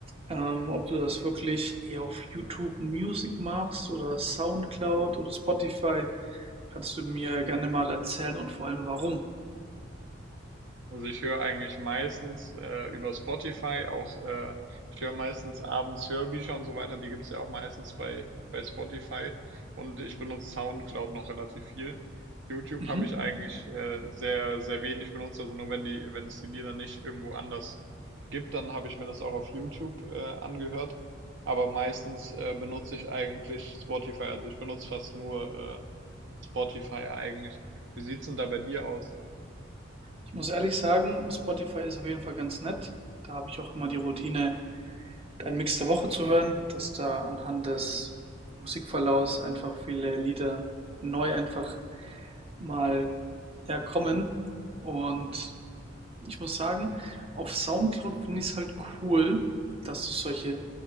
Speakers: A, on the right (about 30°); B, on the right (about 65°).
A: Ähm, ob du das wirklich eher auf YouTube Music machst oder SoundCloud oder Spotify, kannst du mir gerne mal erzählen und vor allem warum.
B: Also ich höre eigentlich meistens äh, über Spotify auch, äh, ich höre meistens abends Hörbücher und so weiter, die gibt's ja auch meistens bei, bei Spotify und ich benutze SoundCloud noch relativ viel. YouTube
A: Mhm.
B: habe ich eigentlich äh, sehr, sehr wenig benutzt, also nur wenn die, wenn es die Lieder nicht irgendwo anders gibt, dann habe ich mir das auch auf YouTube äh, angehört. Aber meistens äh, benutze ich eigentlich Spotify, also ich benutze fast nur äh, Spotify eigentlich. Wie sieht's denn da bei dir aus?
A: Ich muss ehrlich sagen, Spotify ist auf jeden Fall ganz nett. Da habe ich auch immer die Routine, deinen Mix der Woche zu hören, dass da anhand des
B: Mhm.
A: Musikverlaufs einfach viele Lieder neu einfach mal, ja, kommen. Und ich muss sagen, auf Soundcloud finde ich es halt cool, dass du solche